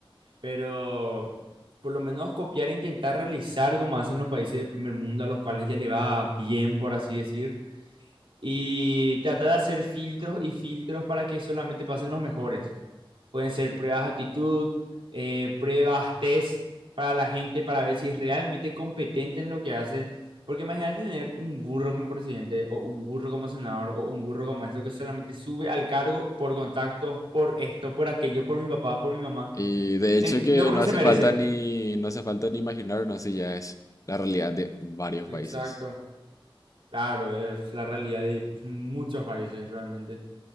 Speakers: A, on the right; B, on the left.
A: pero por lo menos copiar e intentar realizar como hacen los países de primer mundo, a los cuales ya le va bien, por así decir, y tratar de hacer filtros y filtros para que solamente pasen los mejores. Pueden ser pruebas de actitud, eh, pruebas, test para la gente para ver si es realmente competente en lo que hace. Porque imagínate tener un burro como presidente o un burro como senador o un burro como esto que solamente sube al cargo por contactos, por esto, por aquello, por mi papá, por mi mamá.
B: Y de hecho
A: Eh,
B: que
A: no porque
B: no hace
A: se merece.
B: falta ni, no hace falta ni imaginar, no sé, ya es la realidad de varios
A: Exacto.
B: países.
A: Claro, es la realidad de muchos países realmente.